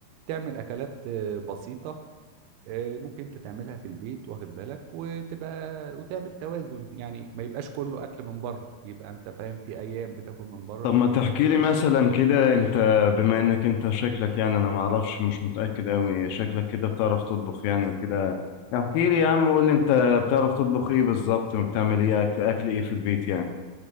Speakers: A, on the right (about 80°); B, on the left (about 80°).
A: تعمل اكلات آه، بسيطه آه، ممكن انت تعملها في البيت واخد بالك وتبقى وتعمل توازن يعني ما يبقاش كله اكل من بره يبقى انت فاهم في ايام بتاكل من بره
B: طب ما تحكي
A: في
B: لي مثلا كده انت بما انك انت شكلك يعني انا ما اعرفش مش متأكد قوي شكلك كده بتعرف تطبخ يعني وكده احكي لي يا عم وقول لي انت بتعرف تطبخ ايه بالظبط وبتعمل ايه اكل اكل ايه في البيت يعني